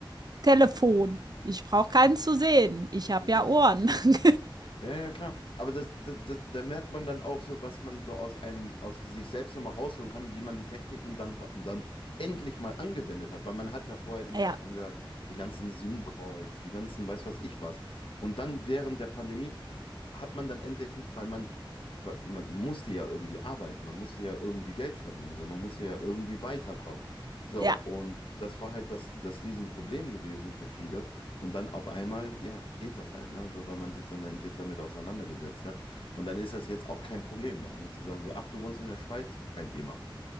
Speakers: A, on the right (about 50°); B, on the left (about 80°).
A: Telefon. Ich brauche keinen zu sehen. Ich habe
B: Okay.
A: ja Ohren. <laughs>
B: Ja, ja, klar. Aber das, das, das, da merkt man dann auch so, was man so aus einem, aus sich selbst nochmal rausholen kann, wie man die Techniken dann, ho- dann endlich mal angewendet hat. Weil man hat ja vorher immer
A: Ja,
B: davon gehört, die ganzen Zoom-Calls, die ganzen weiß was ich was. Und dann während der Pandemie hat man dann endlich, weil man, weil man musste ja irgendwie arbeiten, man musste ja irgendwie Geld verdienen, so, man musste ja irgendwie weiterkommen. So,
A: ja,
B: und das war halt das, das Riesenproblem gewesen für viele. Und dann auf einmal, ja, geht das halt, ne? So, weil man sich dann endlich damit auseinandergesetzt hat. Und dann ist das jetzt auch kein Problem mehr, ne? Zu sagen so, ach, du wohnst in der Schweiz? Kein Thema.